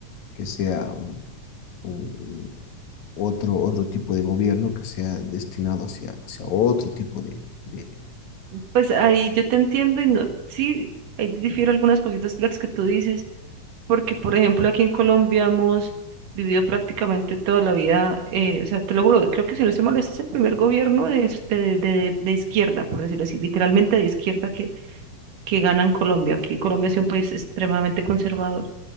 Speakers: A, on the left (about 65°); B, on the right (about 80°).
A: que sea un, un- otro, otro tipo de gobierno que sea destinado hacia, hacia otro tipo de, de...
B: pues ahí yo te entiendo y no, sí, ahí difiero algunas cositas de las que tú dices, porque por ejemplo aquí en Colombia hemos vivido prácticamente toda la vida, eh, o sea, te lo juro, creo que si no estoy mal, este es el primer gobierno de, este- de, de- de izquierda, por decirlo así, literalmente de izquierda que, que gana en Colombia, que Colombia es un país extremadamente conservador.